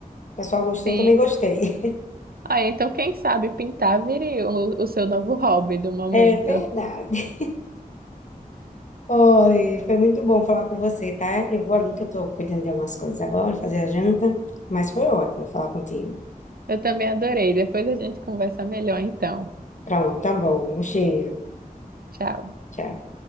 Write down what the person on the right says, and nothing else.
sim.
Ah, então quem sabe pintar vire o, o seu novo hobby do momento.
Eu também adorei. Depois a gente conversa melhor então.
Tchau.